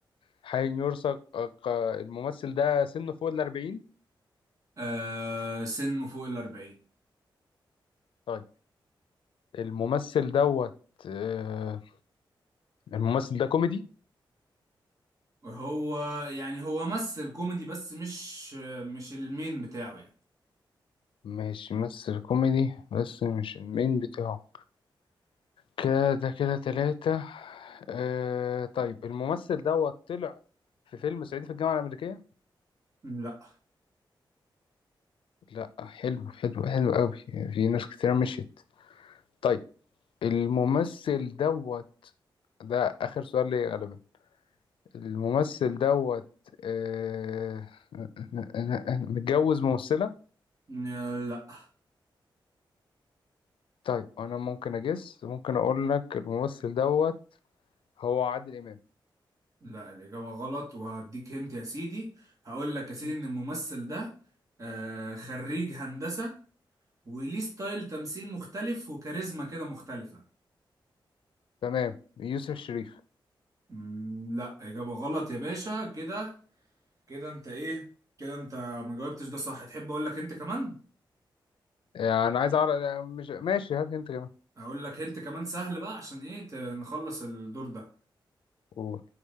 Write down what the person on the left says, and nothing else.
حين يرثق آه، الممثل ده سنه فوق الأربعين
طيب الممثل دوت آه، الممثل ده كوميدي
مش ممثل كوميدي بس مش المين بتاعه كده كده تلاتة آه طيب الممثل دوت طلع في فيلم صعيدي في الجامعة الأمريكية
لا حلو حلو حلو قوي في ناس كتير مشيت طيب الممثل دوت ده آخر سؤال ليا غالبا الممثل دوت آه... <laughs> متجوز ممثلة
طيب أنا ممكن أجس ممكن أقول لك الممثل دوت هو عادل امام
مم.
تمام يوسف الشريف
آه، انا عايز اعرف مش ماشي هات انت كمان
قول.